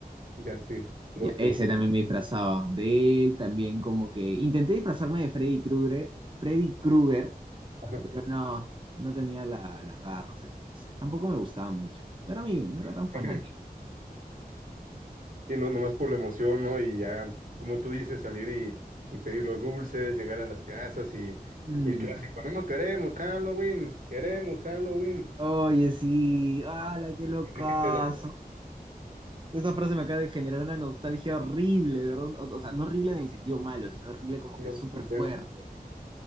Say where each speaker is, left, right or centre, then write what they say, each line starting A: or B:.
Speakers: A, on the right; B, on the right.
A: Ya, sí, Ghostface,
B: Ya, ese también me disfrazaba. De él también como que... Intenté disfrazarme de Freddy Krueger, Freddy Krueger,
A: ajá.
B: pero no, no tenía la- las garras, eso, no sé. Tampoco me gustaba mucho. No era, mi, no era
A: <laughs>
B: tan fanático.
A: Y no, nomás por la emoción, ¿no? Y ya, como tú dices, salir y, y pedir los dulces, llegar a las casas y,
B: Mm.
A: y el clásico, no, no queremos Halloween, queremos Halloween,
B: Oye, sí, ¡hala, qué locazo!
A: y a ver qué te da,
B: Esa frase me acaba de generar una nostalgia horrible, ¿verdad? O, o sea, no horrible en el sentido malo, sino horrible como
A: ¿no?
B: que súper
A: Intenso.
B: fuerte.